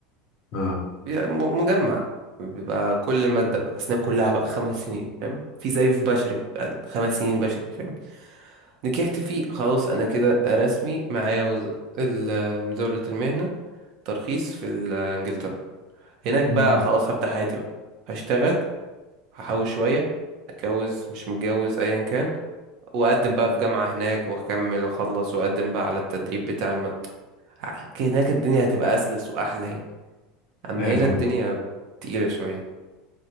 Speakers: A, on the left; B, on the right.
A: اه
B: بي- م- مجمع بيبقى كل مادة بقى الأسنان كلها بقى خمس سنين فاهم في زيه في بشري بيبقى له خمس سنين بشري فاهم نجحت فيه خلاص أنا كده رسمي معايا وز- ال- مزاولة المهنة ترخيص في ال- إنجلترا هناك بقى
A: امم
B: خلاص هبدأ حياتي بقى هشتغل هحوش شوية اتجوز مش متجوز ايا كان واقدم بقى في جامعة هناك واكمل واخلص واقدم بقى على التدريب بتاع المدرسة هناك الدنيا هتبقى أسلس وأحلى يعني أما
A: ايه
B: هنا
A: فاهم
B: الدنيا تقيلة شوية